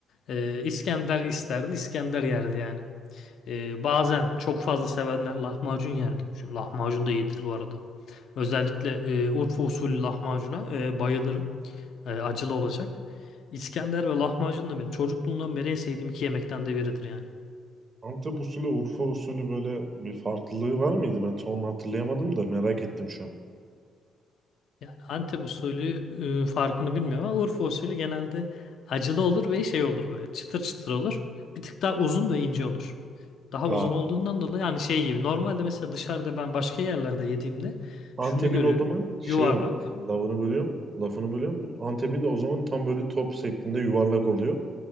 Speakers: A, on the left; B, on the right.
A: e, İskender isterdi, İskender yerdi yani. Ee, bazen çok fazla sevenler lahmacun yerdi. Şimdi lahmacun da iyidir bu arada. Özellikle e, Urfa usulü lahmacuna e, bayılırım. E, acılı olacak. İskender ve lahmacun da benim çocukluğumdan beri en sevdiğim iki yemekten de biridir yani.
B: Antep usulü, Urfa usulü böyle bir farklılığı var mıydı? Ben tam hatırlayamadım da merak ettim şu an.
A: Yani Antep usulü e, farkını bilmiyorum ama Urfa usulü genelde acılı olur ve şey olur böyle çıtır çıtır olur. Bir tık daha uzun ve ince olur. Daha uzun
B: Aa,
A: olduğundan dolayı yani şey gibi normalde mesela dışarıda ben başka yerlerde yediğimde
B: Antep'in
A: şunu görüyorum.
B: o zaman şey
A: Yuvarlak.
B: oluyor. Lafını bölüyorum. Lafını bölüyorum. Antep'in o zaman tam böyle top şeklinde yuvarlak oluyor.